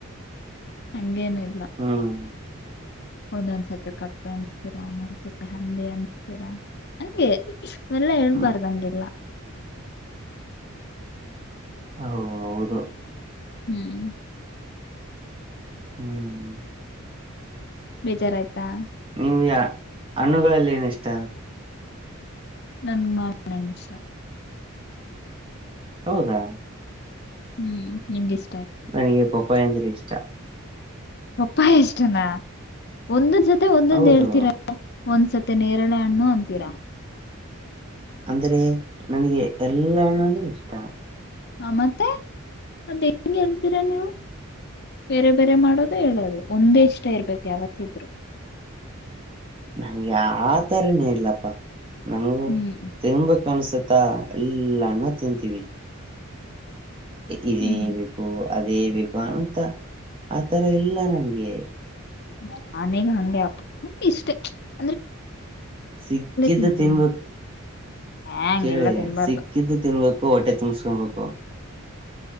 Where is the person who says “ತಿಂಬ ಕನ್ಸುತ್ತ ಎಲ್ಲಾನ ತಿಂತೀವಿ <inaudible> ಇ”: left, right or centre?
Right